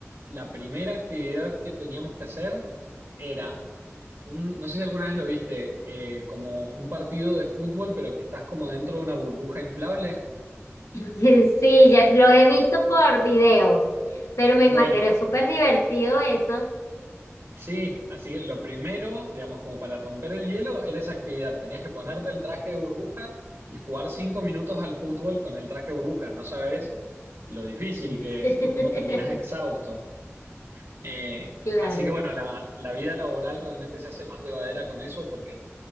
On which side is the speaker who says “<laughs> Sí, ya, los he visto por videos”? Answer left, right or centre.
Left